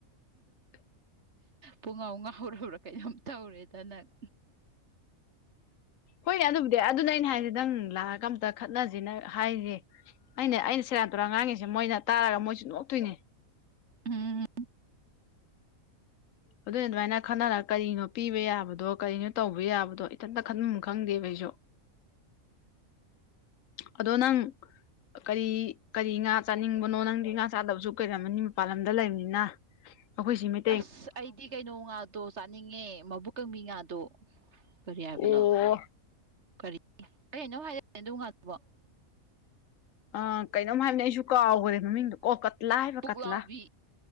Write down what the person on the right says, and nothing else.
ꯄꯨꯡꯉꯥꯎ ꯉꯍꯧꯔ ꯍꯧꯔꯥ ꯀꯩꯅꯣꯝ ꯇꯧꯔꯦꯗꯅꯪ
ꯎꯝ
ꯑꯁ ꯑꯩꯗꯤ ꯀꯩꯅꯣ ꯉꯥꯗꯣ ꯆꯥꯅꯤꯡꯉꯦ ꯃꯕꯨꯛꯀꯪꯕꯤ ꯉꯥꯗꯣ ꯀꯔꯤ ꯍꯥꯏꯕꯅꯣ
ꯀꯔꯤ <unintelligible> ꯑꯗꯨ ꯉꯥꯗꯨꯕꯨ
ꯄꯨꯛꯂꯥꯎꯕꯤ